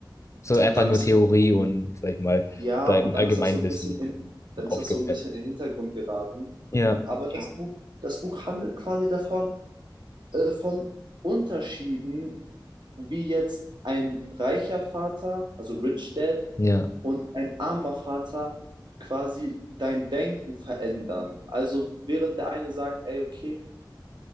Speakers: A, on the left; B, on the right.
A: So einfach
B: Und dann
A: nur
B: ist,
A: Theorie und, sag ich mal,
B: ja,
A: dein
B: und dann
A: Allgemeinwissen
B: ist das so ein bisschen in, dann
A: immer
B: ist
A: aufgepeppt.
B: das so ein bisschen in den Hintergrund geraten.
A: Ja,
B: Aber das Buch, das Buch handelt quasi davon, äh, von Unterschieden wie jetzt ein reicher Vater, also Rich Dad,
A: ja,
B: und ein armer Vater quasi dein Denken verändern. Also während der eine sagt, ey, okay,